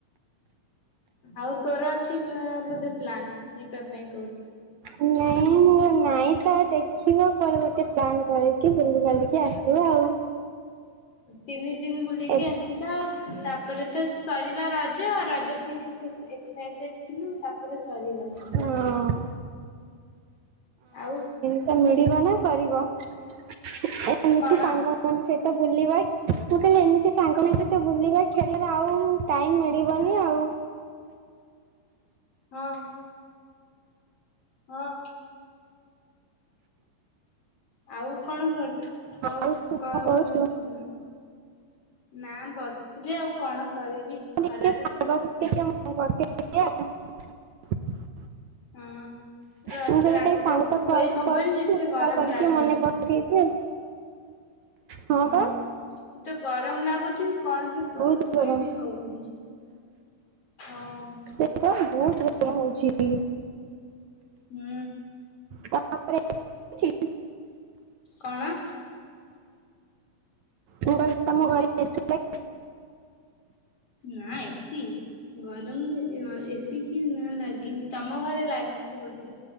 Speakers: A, on the left; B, on the right.
A: ଆଉ ତୋର ଅଛି ବ ବୋଧେ ପ୍ଲାନ୍? ଯିବା ପାଇଁ କଉଠି?
B: ନାଇଁ ମୁଁ ନାଇଁତ ଦେଖିବା କୁଆଡ଼େ ଗୋଟେ ପ୍ଲାନ୍ କରିକି ବୁଲି ବାଲିକି ଆସିବା ଆଉ।
A: ତିନି ଦିନି ବୁଲିକି
B: ଏବେ
A: ଆସିବା ଆଉ ତାପରେତ ସରିଲା ର ଜ ରଜ ପାଇଁ କେତେ ଏକ୍ସାଇଟେଡ ଥିଲୁ ତାପରେ ସରିଗଲା
B: ହଁ
A: ରଜ। ଆଉ
B: ତ ମିଳିବନା କରିବ ଏମିତି
A: କଣ
B: ସାଙ୍ଗ ଙ୍କ ସହିତ ବୁଲିବା, ତୁଖାଲି ଏମିତି ସାଙ୍ଗ ମାନଙ୍କ ସହିତ ବୁଲିବା ଖେଲିବା ଆଉ ଟାଇମ୍ ମିଳିବନି ଆଉ।
A: ହଁ। ହଁ। ଆଉ କଣ କରୁୁ କହୁ
B: ଆଉ କଣ
A: କରୁଥିଲୁ?
B: କହୁଛୁ
A: ନା ବସିଥିଲି ଆଉ କଣ କରିବି
B: ଟିକେ
A: ଖରାରେ ତ
B: <unintelligible>
A: ହୁଁ। ରା
B: ମୁଁ
A: ତ
B: କହିଲି
A: ରାତିରେତ
B: ଟିକେ ସାଙ୍ଗ ତ
A: ଶୋଇ
B: କଲ୍
A: ହବନି
B: କରୁ
A: ଯେତେ ଗରମ
B: କଲ୍ କରିକି
A: ଲାଗୁଛି।
B: ମନେ ପକେଇଦିଏ ହଁ
A: ହୁଁ
B: ବା
A: ଏତେ ଗରମ ଲାଗୁଚି କଲବି
B: ବହୁତ
A: ଶୋଇବି
B: ଗରମ
A: ହଉନି ହଁ।
B: କଣ ବହୁତ୍ ଗରମ ହଉଚି ଏଠି।
A: ହୁଁ।
B: ତମ ଘରେ ହେଇଛି?
A: କଣ?
B: ମୁ କହିଲି ତମ ଘରେ <unintelligible>
A: ନା ଏସି। ଗରମରେ ଏ ସି କି ନାଲାଗିନି ତମ ଘରେ ଲାଗିଚି ବୋଧେ?